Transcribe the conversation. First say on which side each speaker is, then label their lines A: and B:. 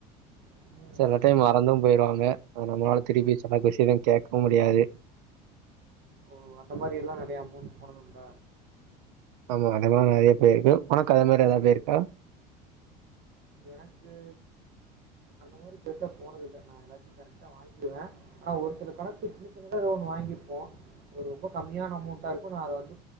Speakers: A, on the right; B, on the right.
A: ம், ம்,
B: செல
A: ம்.
B: டைம் மறந்தும் போயிடுவாங்க அத நம்மளால திருப்பி செல கொஸ்டீனும் கேக்கவு முடியாது
A: ஓ அந்த மாரி எல்லா நறைய அமௌண்ட் போடணும்ல
B: ஆமா அத மாரி நறைய போயிருக்கோ உனக்கு அத மாரி எதாவது போயிருக்கா
A: எனக்கு அந்த மாரி பெஸ்ட்டா போனதுல்ல நா யெல்லாத்தையு கரெக்டா வாங்கிடுவே ஆனா ஒரு சில கணக்கு சின்ன சின்னதா ஒன்னு வாங்கிருப்போ ஒரு ரொம்ப கம்மியான அமௌண்டா இருக்கோ நா அத வந்து